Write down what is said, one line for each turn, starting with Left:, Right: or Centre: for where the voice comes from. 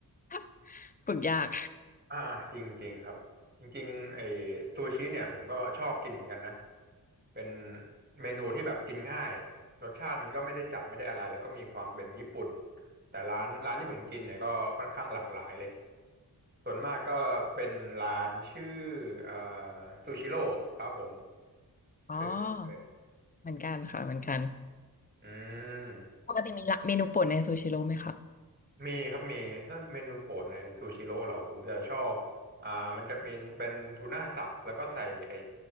Left: <laughs> ฝึกยาก
Right: อ่าจริงๆครับจริงๆไอ้ซูชิเนี่ยผมก็ชอบกินเหมือนกันนะเป็นเมนูที่แบบกินง่ายรสชาติมันก็ไม่ได้จัดไม่ได้อะไรแล้วก็มีความเป็นญี่ปุ่นแต่ร้านร้านที่ผมกินเนี่ยก็ค่อนข้างหลากหลายเลย ส่วนมากก็เป็นร้านชื่อเอ่อซูชิโร่ครับผม
Left: อ๋อ
Right: เคยเคย
Left: เหมือนกันค่ะเหมือนกัน
Right: อืม
Left: ปกติมีละเมนูโปรดในซูชิโร่ไหมคะ
Right: มีครับมีถ้าเมนูโปรดในซูชิโร่เหรอผมจะชอบอ่ามันจะเป็นเป็นทูน่าสับแล้วก็ใส่ไอ้